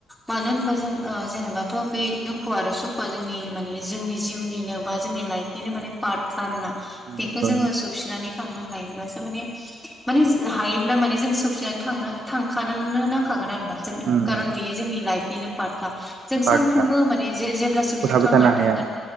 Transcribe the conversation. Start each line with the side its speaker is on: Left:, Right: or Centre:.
Centre: मानो होनबा जों जेनेबाथ' बे दुखुआ आरो सुखुआ जोंनि माने जोंनि जिउनिनो बा जोंनि लाइफ बिदिनो माने पार्टखा आरोना बेखौ
Right: नंगौ
Centre: जोङो
Right: नंगौ
Centre: सौसिनानै थांनो हायोब्लासो माने माने हायोब्ला माने जों सौफनानै थांनो थांखानो नांखागोन आरोना जों
Right: उम
Centre: कारन
Right: उम
Centre: बेयो जोंनि लाइफनिनो पार्टखा जों
Right: पार्टखा
Centre: सानफ्रोमबो माने जे-जेब्लासिम
Right: दुखु
Centre: जों
Right: थाबाय
Centre: थांनानै
Right: थानो हाया
Centre: थागोन